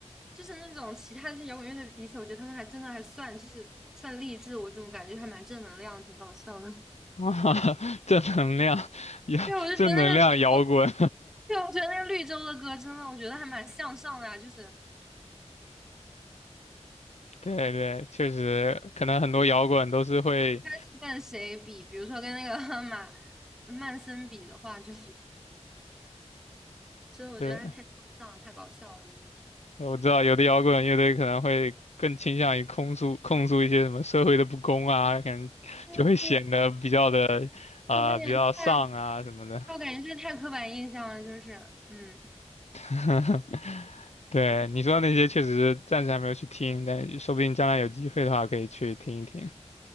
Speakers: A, in the centre; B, on the left.
A: 就是那种其他一些摇滚乐队比起来，我觉得他们还真的还算就是算励志，我怎么感觉还蛮正能量，挺搞笑的。<laughs>
B: <laughs> 哇正能量，摇正能量摇滚，
A: 对，我就觉得那个绿洲，对，我觉得那个绿洲的歌真的，我觉得还蛮向上的啊，就是
B: <laughs> 对对，确实，可能很多摇滚都是会，
A: 你看是跟谁比，比如说跟那个 <laughs> 马曼森比的话，就 <laughs> 真的，我觉得他太搞笑了，
B: 对。
A: 太搞笑了，真的。
B: 我知道有的摇滚乐队可能会更倾向于控诉控诉一些什么社会的不公啊，可能就会显得比较的啊、
A: 但是有一点太，
B: 比较丧啊什么的。
A: 我感觉这太刻板印象了，就是，嗯，
B: <laughs> 对，
A: 对，
B: 你说的那些确实是暂时还没有去听，但说不定将来有机会的话可以去听一听。